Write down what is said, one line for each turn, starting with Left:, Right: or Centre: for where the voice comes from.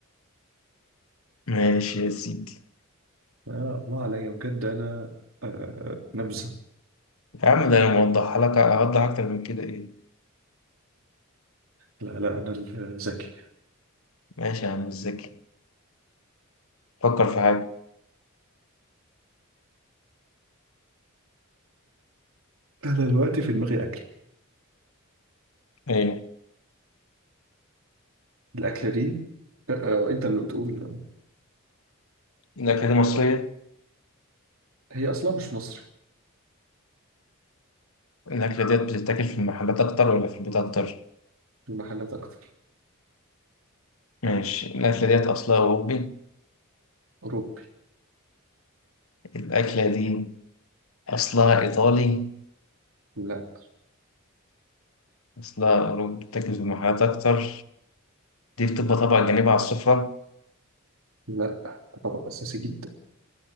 Left: ماشي يا سيدي
Right: آه الله عليا بجد أنا آه نبذة
Left: يا عم ده أنا موضحها لك أوضح أكتر من كده إيه
Right: لا لا أنا الذكي
Left: ماشي يا عم مش ذكي فكر في حاجة
Right: انا دلوقتي في دماغي اكله
Left: إيه
Right: الاكله دي آه، آه، انت اللي بتقول آه،
Left: الأكلة دي مصرية
Right: هي اصلا مش مصري
Left: الأكلة ديت بتتاكل في المحلات أكتر ولا في البيت أكتر
Right: المحلات اكتر
Left: ماشي الأكلة ديت أصلها أوروبي
Right: اوروبي
Left: الأكلة دي أصلها إيطالي
Right: لا
Left: أصلها أوروبي بتتاكل في المحلات أكتر دي بتبقى طبعا جانبها على السفرة
Right: لا طبق اساسي جدا